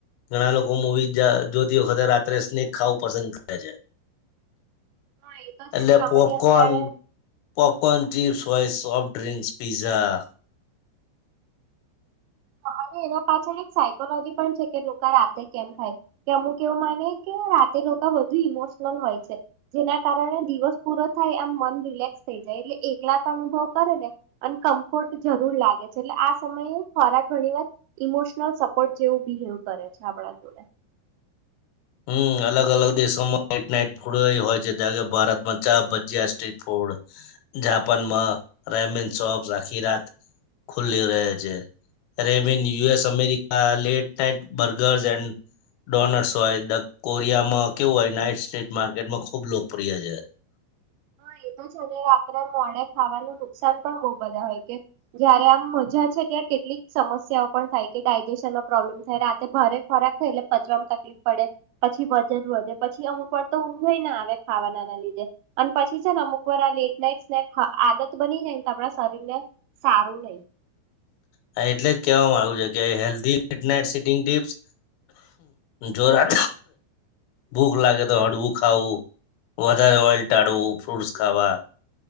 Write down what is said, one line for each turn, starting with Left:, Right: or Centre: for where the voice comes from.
Left: ઘણા લોકો મવી જોતીખતેર રાત્રે સ્નેક ખાવું પસંદ કરે છે.
Right: હા એ તો છે
Left: એટલે
Right: સામાન્ય
Left: પોપકોર્ન,
Right: આમ જાણે
Left: પોપકોર્ન ચિપ્સ કોઈ સોફ્ટ ડ્રિંક્સ પિઝા
Right: હા અને એના પાછળ એક સાયકોલોજી પણ છે કે લોકો રાતે કેમ ખાય, કે અમુક એવું માને કે રાતે લોકો વધુ ઇમોશનલ હોય છે, જેના કારણે દિવસ પૂરો થાય એમ મન રિલેક્સ થઈ જાય એટલે એકલાતા અનુભવ કરે ને અને કમ્ફર્ટ જરૂર લાગે છે, એટલે આ સમયે ખોરાક ઘણી વાર ઇમોશનલ સપોર્ટ જેવું બિહેવ કરે છે આપણા જોડે.
Left: હમ્મ, અલગ-અલગ દેશોમાં લેટ નાઈટ ફૂડ એય હોય છે. <unintelligible> ભજીયા, સ્ટ્રીટ ફૂડ. જાપાનમાં રેમિન શોપ્ આખી રાત ખુલ્લી રહે છે. Ramen US America late night burgers and ડોનલસ હોય દ કોરિયામાં કેવું હોય નાઈટ સ્ટ્રીટ માર્કેટમાં ખુબ લોકપ્રિય છે.
Right: હા એ તો છે ને રાત્રે મોડે ખાવાનું નુકસાન પણ બહુ બધા હોય, કે જયારે આમ મજા છે ત્યાં કેટલીક સમસ્યાઓ પણ થાય, કે ડાયજેશનનો પ્રોબ્લેમ થાય, રાતે ભારે ખોરાક ખાઈ એટલે પચવાવામાં તકલીફ પડે, પછી વજન વધે, પછી અમુક વાર તો ઊંઘ એય ના આવે ખાવાના ના લીધે. અને પછી છે ને અમુક વાર આ લેટ નાઈટ સ્નેક આ આદત બની જાયને આપણા શરીર ને સારું નઈ.
Left: હા એટલે જ કહેવામાં આવ્યું છે કે હેલ્ધી નીટલે સિટીંગ ટીપ્સ જો રા ભૂખ લાગે તો હળવું ખાવું, વધારે ઓઈલ ટાળવું, ફ્રુટ્સ ખાવા,